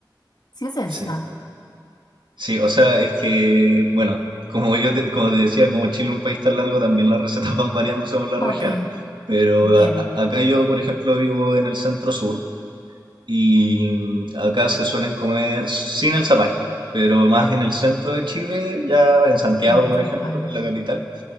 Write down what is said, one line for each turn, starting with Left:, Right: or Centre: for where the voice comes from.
Left: ¿Sí es esta?
Right: Sí. Sí, o sea, es que, bueno, como yo te, como te decía, como Chile es un país tan largo, también las recetas van variando según las
Left: Ah,
Right: regiones.
Left: ok,
Right: Pero
Left: entiendo.
Right: a- a- acá yo, por ejemplo, vivo en el centro sur. y mm, acá se suelen comer sin el zapallo, pero más en el centro de Chile, ya en Santiago,
Left: Con el
Right: por
Left: zapallo.
Right: ejemplo, en la capital,